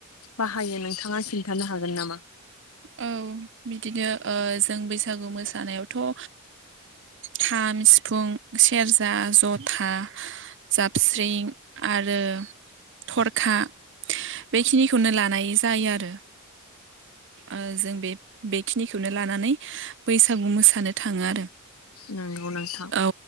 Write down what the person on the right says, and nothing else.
औ बिदिनो ओ जों बैसागु मोसानायावथ' ओ खाम सिफुं सेरजा। जथा जाबस्रिं आरो थरखा। बेखिनिखौनो लानाय जायो आरो। जों बे बेखिनिखौनो लानानै बैसागु मोसानो थाङो आरो।
औ